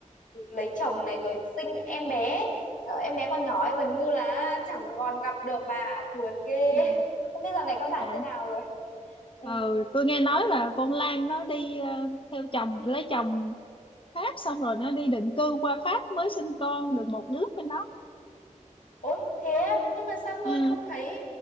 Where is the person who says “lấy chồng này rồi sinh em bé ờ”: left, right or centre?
Left